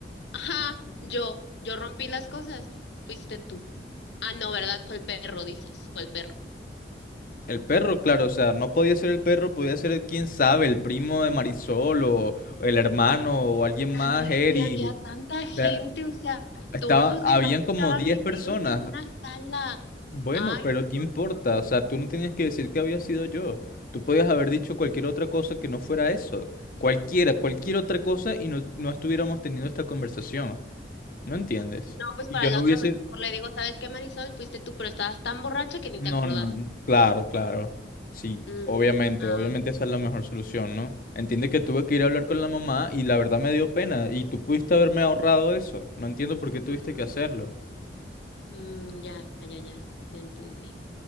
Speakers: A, on the left; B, on the left.
A: Ajá, yo, yo rompí las cosas. Fuiste tú. Ah, no, ¿verdad? Fue el perro, dices. Fue el perro.
B: El perro, claro, o sea, no podía ser el perro, podía ser quién sabe, el primo de Marisol o, o el hermano
A: Ay,
B: o alguien
A: Daniel,
B: más, Eric.
A: ni había tanta gente.
B: Da-
A: O sea,
B: Estaba,
A: todos los
B: habían
A: demás estaban
B: como 10
A: metidos
B: personas.
A: en una sala.
B: Bueno,
A: Ay,
B: pero
A: no.
B: ¿qué importa?
A: no, no.
B: O sea, tú no tenías que decir que había sido yo. Tú podías haber dicho cualquier otra cosa que no fuera eso. Cualquiera, cualquier otra cosa y no, no estuviéramos teniendo esta conversación. ¿No entiendes?
A: No, pues
B: Y
A: para
B: yo
A: la
B: no
A: otra
B: hubiese...
A: mejor le digo, ¿sabes qué, Marisol? Fuiste tú, pero estabas tan borracha que ni
B: No,
A: te acordaste.
B: no, claro, claro. Sí,
A: Mm,
B: obviamente,
A: ah,
B: obviamente esa es la mejor solución, ¿no? Entiende que tuve que ir a hablar con la mamá y la verdad me dio pena y tú pudiste haberme ahorrado eso. No entiendo por qué tuviste
A: mm,
B: que hacerlo.
A: mm, ya, ya, ya, ya entendí.